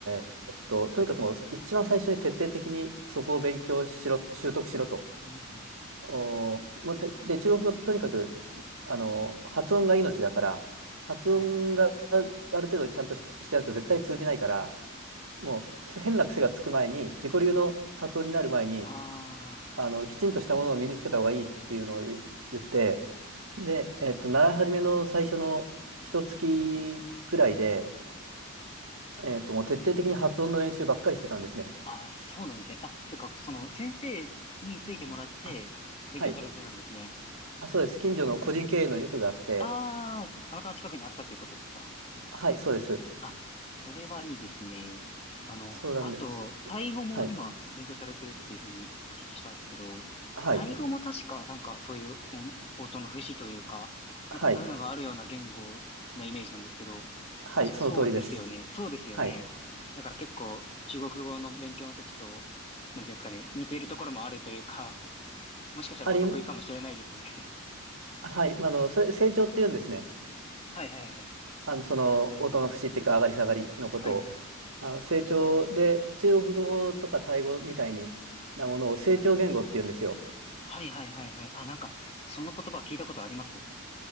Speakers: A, on the right; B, on the left.
A: ーえっと、とにかくもう一番最初に徹底的にそこを勉強しろ、習得しろと。
B: うんうんうん。
A: おー、もうで、で中国語ってとにかく、あの、発音が命だから、発音がある程度ちゃんとし、
B: はいはい。
A: してないと絶対通じないから、もうそ変な癖がつく前に、自己流の発音になる前に、
B: ああ。
A: あの、きちんとしたものを身につけた方がいいっていうのをい言って、で、えっと、習い始めの最初の一月ぐらいで、
B: はいはい
A: えっと、もう徹底的に発音の練習ばっかりしてたんですね。
B: あ、そうなんですね。あ、てか、その、先生についてもらって、
A: あ、
B: 勉強されてたんですね。
A: はい。あ、そうです。近所の個人経営の塾があって、
B: ああ、たまたま近くにあったということですか
A: はい、そうです。
B: あ、それはいいですね。あの、
A: そうなんです。
B: あと、タイ語も今、
A: はい。
B: 勉強されてるっていうふうにお聞きしたんですけど、
A: はい。
B: タイ語も確か、なんか、そういう音、音の節というか、なんかそういうのがあるような言語のイメージなんですけど、
A: はい。はい。
B: 確かそうですよね。
A: その通りです。
B: そうですよね。
A: はい。
B: だから結構、中国語の勉強の時と、なんていうんですかね、似ているところもあるというか、もしかしたらお得意かもしれないですよね。
A: あり、
B: <laughs>
A: はい。あの、それ、成長って言うんですね。
B: はいはいはい。
A: あの、その、音の節っていうか、上がり下がりのことを。
B: はいはいはい。
A: あ、成長で、中国語とかタイ語みたいになものを成長言語って言うんですよ。
B: はいはいはいはい。あ、なんか、その言葉聞いたことあります